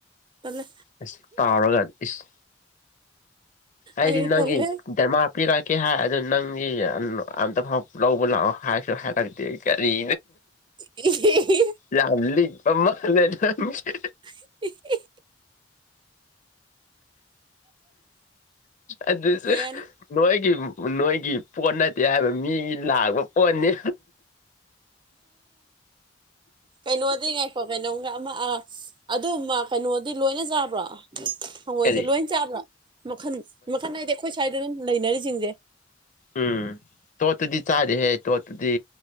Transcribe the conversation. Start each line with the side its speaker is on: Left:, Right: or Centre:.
Right: ꯇꯜꯂꯦ
Left: ꯏꯁ ꯇꯥꯎꯔꯒ ꯏꯁ ꯑꯩꯗꯤ
Right: ꯑꯩ
Left: ꯅꯪꯒꯤ
Right: ꯇꯜꯂꯦ
Left: ꯗꯃꯥꯛ ꯄꯤꯔꯛꯀꯦ ꯍꯥꯏ ꯑꯗꯨ ꯅꯪꯗꯤ ꯑꯝꯇ ꯐꯥꯎ ꯂꯧꯕ ꯂꯥꯛꯑꯣ ꯍꯥꯏꯁꯨ ꯍꯥꯏꯔꯛꯇꯦ ꯀꯔꯤ
Right: <inaudible>
Left: ꯌꯥꯝ ꯂꯤꯛꯄ ꯃꯥꯜꯂꯦ ꯅꯪꯁꯦ
Right: ꯎ <unintelligible>
Left: ꯑꯗꯨꯁꯨ
Right: ꯌꯥꯅꯤ
Left: ꯅꯣꯏꯒꯤ ꯅꯣꯏꯒꯤ ꯄꯣꯠ ꯅꯠꯇꯦ ꯍꯥꯏꯕ ꯃꯤꯒꯤ ꯂꯥꯛꯄ ꯄꯣꯠꯅꯤ
Right: ꯀꯩꯅꯣꯗꯤ ꯉꯥꯏꯈꯣ ꯀꯩꯅꯣꯝꯒ ꯑꯃ ꯑ ꯑꯗꯨꯝꯃ ꯀꯩꯅꯣꯗꯤ ꯂꯣꯏꯅ ꯆꯥꯕ꯭ꯔꯣ ꯍꯪꯒꯣꯏꯁꯦ
Left: ꯀꯔꯤ
Right: ꯂꯣꯏ ꯆꯥꯕ꯭ꯔꯥ ꯃꯈꯟ ꯃꯈꯟ ꯍꯥꯏꯗꯤ ꯑꯩꯈꯣꯏ ꯁ꯭ꯋꯥꯏꯗ ꯑꯗꯨꯝ ꯂꯩꯅꯔꯤꯁꯤꯡꯁꯦ
Left: ꯎꯝ ꯇꯣꯠꯇꯨꯗꯤ ꯆꯥꯗꯦꯍꯦ ꯇꯣꯠꯇꯨꯗꯤ